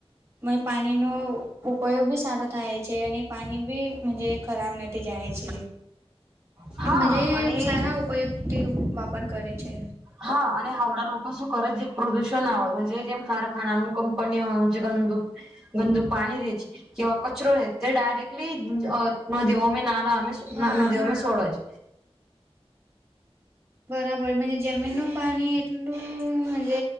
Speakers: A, on the right (about 25°); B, in the centre.
A: મ પાણીનો ઉપયોગ બી સારો થાય છે અને પાણી બી મજે ખરાબ નથી જાય છે
B: હા
A: મજે
B: અને
A: સારા ઉપયોગથી વાપર કરે છે
B: હા અને આવડા લોકો શું કરે જે પ્રદુષણ આવેય જેમ કારખાનાનું કંપનીઓનું જે ગંદુક ગંદુ પાણી દે છે કે કચરો છે તે ડાયરેક્ટલી અ નદીઓમે નાલા
A: હા.
B: નદીઓમે સોડવા છે
A: બરાબર જમીનનું પાણી ટલુંજ